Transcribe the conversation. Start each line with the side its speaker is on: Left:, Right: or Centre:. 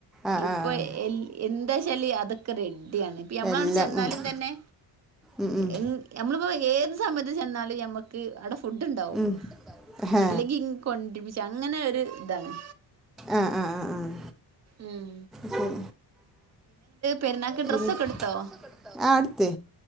Centre: ആഹ്
Right: ഇപ്പൊ
Centre: ആഹ്
Right: എൽ എന്താച്ചല് അതൊ ക്കെ റെഡ്ഡ്യാണ്. ഇപ്പ നമ്മളവിടെ
Centre: എല്ലാം
Right: ചെന്നാലും
Centre: ഉം
Right: തന്നെ
Centre: ഉം ഉം
Right: എൻ ഞമ്മളിപ്പോ ഏത് സമയത്ത് ചെന്നാലും ഞമ്മക്ക് അവ്ടെ ഫുഡ്ണ്ടാവും.
Centre: ഉം ഹേ
Right: ഇല്ലെങ്കി കൊണ്ട്രിപ്പിച്ച അങ്ങനെ ഒര് ഇതാണ്.
Centre: ആഹ് ആഹ് ആഹ് ആഹ്
Right: ഉം
Centre: ശരി ഉം.
Right: പെരുന്നാക്ക്
Centre: പിന്നെന്ത് പെരുന്നാക്ക്
Right: ഡ്രസ്സൊക്കെ എടുത്തോ
Centre: ഡ്രസൊക്കെട്ത്തോ? ആഹ് ഇട്ത്തേ.